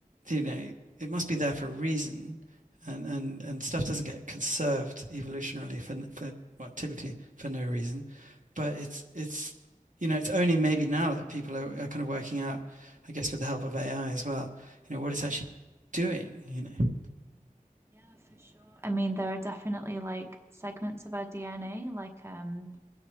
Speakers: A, on the right; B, on the right.
A: you know, it must be there for a reason. And, and, and stuff doesn't get conserved evolutionarily for, for what typically for no reason. But it's, it's, you know, it's only maybe now that people are, are kind of working out, I guess, with the help of AI as well, you know, what it's actually
B: Yeah.
A: doing, you know.
B: Yeah, for sure. I mean, there are definitely like segments of our DNA, like um,